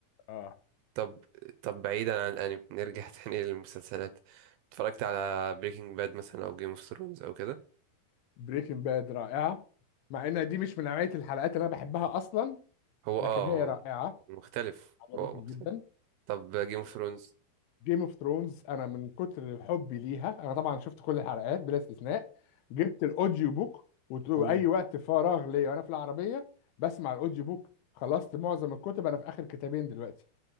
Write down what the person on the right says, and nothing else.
طب طب بعيدا عن الانمي نرجع <laughs> تاني للمسلسلات اتفرجت على بريكنج باد مثلا او جيم اوف ثرونز او كده
هو
اه
هو مختلف
هو مختلف
طب جيم اوف ثرونز
اوه